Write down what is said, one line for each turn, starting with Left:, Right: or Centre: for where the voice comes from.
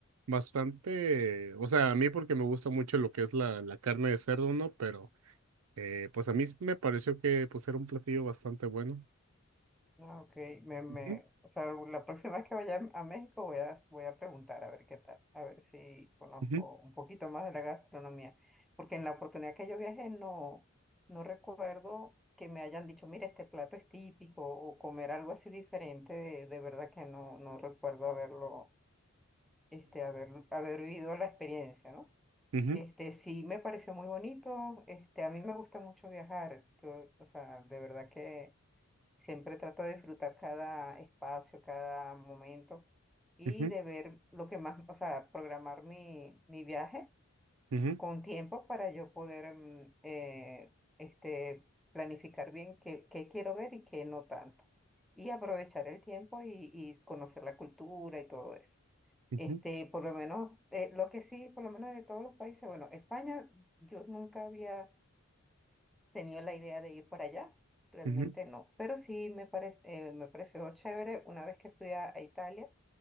Right: bastante, o sea, a mí porque me gusta mucho lo que es la, la carne de cerdo, ¿no? Pero eh, pues a mí sí me pareció que pues era un platillo bastante bueno.
Centre: no, ok, me, me,
Right: Ujú,
Centre: o sea, la próxima vez que vaya a México voy a, voy a preguntar a ver qué tal, a ver si conozco
Right: ujú,
Centre: un poquito más de la gastronomía, porque en la oportunidad que yo viajé no, no recuerdo que me hayan dicho, mira, este plato es típico, o comer algo así diferente, de, de verdad que no, no recuerdo haberlo, este, haber, haber vivido la experiencia, ¿no?
Right: ujú,
Centre: Este, sí, me pareció muy bonito. Este, a mí me gusta mucho viajar. Yo, o sea, de verdad que siempre trato de disfrutar cada espacio, cada momento y
Right: ujú,
Centre: de ver lo que más, o sea, programar mi, mi viaje
Right: ujú,
Centre: con tiempo para yo poder mm, eh, este, planificar bien qué, qué quiero ver y qué no tanto. Y aprovechar el tiempo y, y conocer la cultura y todo eso.
Right: ujú,
Centre: Este, por lo menos, eh, lo que sí, por lo menos de todos los países, bueno, España, yo nunca había tenido la idea de ir para allá, realmente
Right: ujú,
Centre: no, pero sí me parece, me pareció chévere una vez que fui a, a Italia